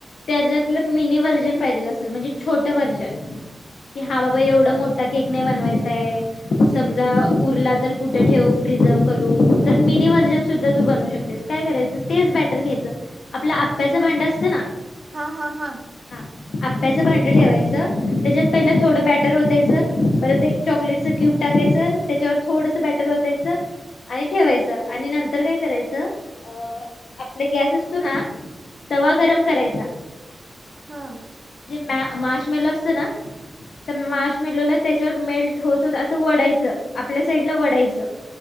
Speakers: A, on the left; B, on the right.
A: त्याच्यातल मिनी व्हर्जन अर्जंट पाहिजेल असेल म्हणजे छोटं वर्जन की हवा एवढा मोठा केक नाही बनवायचाय समजा उरला तर कुठे ठेवू प्रीझर्व करू तर मिनी व्हर्जन सुद्धा तू बनवू शकतेस काय करायचं तेच बॅटर घ्यायचं आपलं आप्याचं भांड असतं ना
B: हा हा हा
A: आप्याचं भांडं ठेवायचं त्याच्यात पहिला थोडं बॅटर ओतायचं परत एक चॉकलेटच क्यूब टाकायचं त्याच्यावर थोडस बॅटर ओतायच आणि ठेवायचं आणि नंतर काय करायचं अ आपला गॅस असतो ना तवा
B: हा
A: गरम करायचा
B: हा
A: मा मार्शमेलो असतो ना तर मार्शमेलोला
B: हम्म
A: त्याच्यावर मेल्ट होत होत असं व्हडायच आपल्या साईड ला वडायचं